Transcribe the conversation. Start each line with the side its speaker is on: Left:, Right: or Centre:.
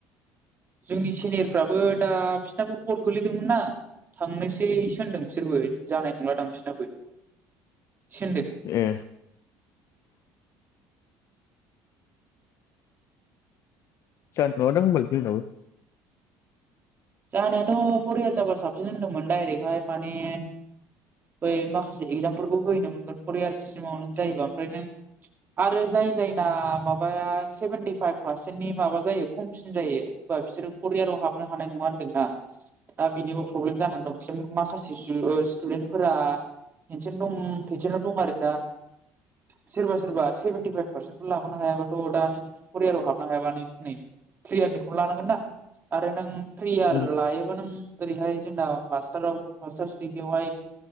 Right: जोंनि सेनियरफ्राबो दा बिसोरनाबो खर गोलैदोंमोन ना थांनोसैसो होनदों बिसोरबो जानाय नंलादां बिसोरनाबो होनदों सोनदों
Left: ए जानाय नङादां होनबालाय जोंनाबो
Right: जानायाथ' पर इयार जाबा साबसिन होनदोंमोन डायरेक्हाय माने बै माखासे एगजामफोरबो होहैनो मोनगोन फर इयार्स सिमाव नों जायोबा ओमफ्राय नों आरो जाय जायना माबाया सेभेनटिफाइभ पारसेन्टनि माबा जायो खमसिन जायो बा बिसोर करियाराव हाबनो हानाय नङा आरो ना दा बेनिबो प्रब्लेम जानानै दं माखासे स्टुडेन्टफोरा खेसेन दं खिसेनाव दं आरो दा सोरबा सोरबा सेभेन्टिफाइभ पारसेन्ट लाबोनो हायाबाथ' दानो फर इयाराव हाबनो हायाबा नों नै थ्रि इयारनिखौनो लानांगोन ना आरो नों थ्रियार
Left: उम
Right: लायोबा नों ओरैहाय जोंना मास्टाराव मास्टारस डिग्रियावहाय